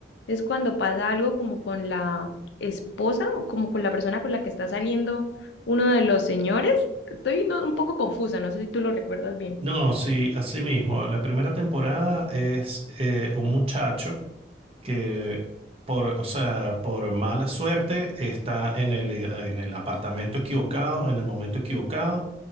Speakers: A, on the left; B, on the right.
A: es cuando pasa algo como con la esposa o como con la persona con la que está saliendo uno de los señores. Estoy no- un poco confusa, no sé si tú lo recuerdas bien.
B: No, sí, así mismo. La primera temporada es eh, un muchacho. que por, o sea, por mala suerte está en el, eh, en el apartamento equivocado, en el momento equivocado.